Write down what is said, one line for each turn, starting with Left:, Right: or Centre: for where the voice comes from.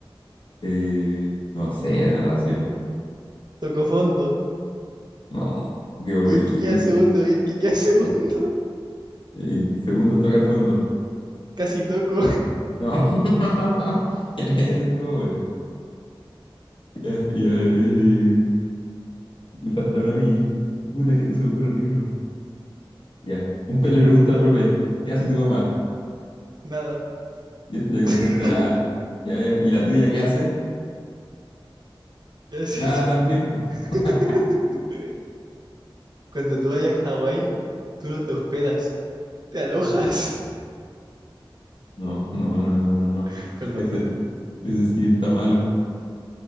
Left: Eh, no sé, natación.
Right: Tocó fondo.
Left: No, qué horrible.
Right: Y el que queda segundo, y el que queda <laughs> segundo.
Left: Eh, segundo en tocar fondo.
Right: Casi toco.
Left: No, <laughs> ya, ese estuvo bueno. Ya, ya, a ver, y Me falta uno a mí. Puta, es que no se me ocurre ni uno. Ya. Un pez
Right: <laughs>
Left: le pregunta a otro pez, ¿qué hace tu mamá?
Right: Nada.
Left: Y este le contesta
Right: <laughs>
Left: nada. Ya, ya. ¿Y la tuya qué hace?
Right: ¿Qué haces?
Left: Nada también,
Right: <laughs>
Left: po. <laughs>
Right: Cuando tú vayas a Hawái, tú no te hospedas, te alojas.
Left: No, no, no, no, no, no.
Right: <laughs> Perdón,
Left: Ese,
Right: perdón, perdón.
Left: ese sí está malo.